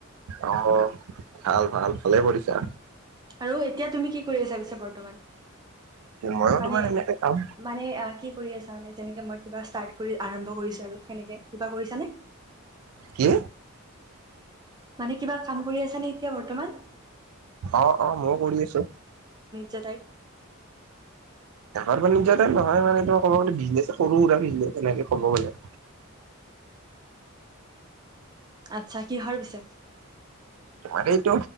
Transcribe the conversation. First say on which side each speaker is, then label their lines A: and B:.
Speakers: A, on the right; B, on the right.
A: অ', ভাল ভাল ভালে কৰিছা।
B: আৰু এতিয়া তুমি কি কৰি আছা পিছে বৰ্তমান?
A: ময়ো
B: মানে
A: তোমাৰ এনেকে কাম
B: মানে কি কৰি আছা মানে যেনেকে মই কিবা ষ্টাত কৰি আৰম্ভ কৰিছোঁ আৰু সেনেকে কিবা কৰিছানে
A: কি?
B: মানে কিবা কাম কৰি আছে নে এতিয়া বৰ্তমান?
A: অ', অ', ময়ও কৰি আছো।
B: যটাই
A: ডাঙৰ বাণিজ্য টাইপ নহয় মানে তোমাৰ কবগলে বিজনেস সৰু সোৰা বিজনেস এনেকে ক'ব গ'লে।
B: আচ্ছা কিহৰ পিছে?
A: তোমাৰ এইটো